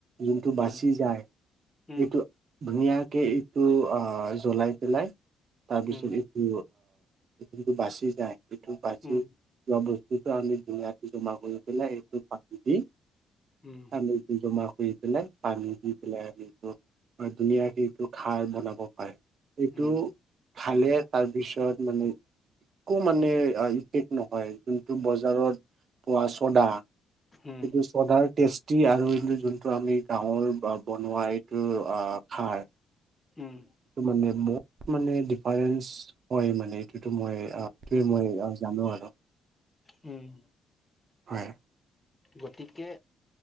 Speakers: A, on the right (about 55°); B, on the left (about 20°).
A: যোনটো বাচি
B: উম উম
A: যায়
B: উম
A: এইটো ধুনীয়াকে এইটো আহ জ্বলাই পেলাই তাৰপিছত
B: উম উম
A: এইটো যিটো বাচি যায়। এইটো বাচি
B: উম
A: যোৱা বস্তুতো আমি ধুনীয়াকে জমা কৰি পেলাই এইটো প দি
B: উম
A: আটো জমা কৰি পেলাই পানী দি পেলাই আমি ধুনীয়াকে এইটো খাৰ বনাব পাৰে। এইটো
B: উম
A: ভালে তাৰপিছত মানে কম মানে ইফেক্ট নহয় যোনটো বজাৰত পোৱা চদা
B: উম,
A: কিন্তু চডাৰ টেষ্টি আৰু জ টো আমি গাৱৰ বনোৱা এইটো খাৰ
B: উম,
A: এইটো মানে বহুত মানে ডিফাৰেন্ঞ্চ হয় মানে এইটোতো মই, ইয়াতকৈ মই জানো আৰু-
B: উম!
A: হয়।
B: গতিকে